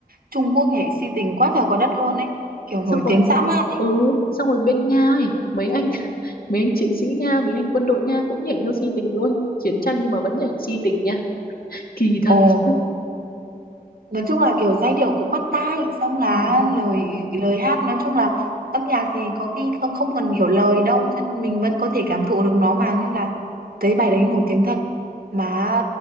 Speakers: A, on the right; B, on the left.
A: Trung Quốc nhảy si tình quá trời quá đất luôn ấy. Kiểu nổi
B: xong còn
A: tiếng dã man ấy.
B: ừ xong rồi bên Nga ấy mấy anh <laughs> mấy anh chiến sĩ Nga mấy anh quân đội Nga cũng nhảy theo si tình luôn chiến tranh nhưng mà vẫn nhảy si tình nha kỳ thật
A: Ồ
B: <laughs>
A: nói chung là kiểu giai điệu cũng bắt tai xong là
B: ừ.
A: lời lời hát nói chung là âm nhạc thì có khi không không cần hiểu lời đâu cho nên mình vẫn có thể cảm thụ được nó mà nên là thấy bài đấy nổi tiếng thật mà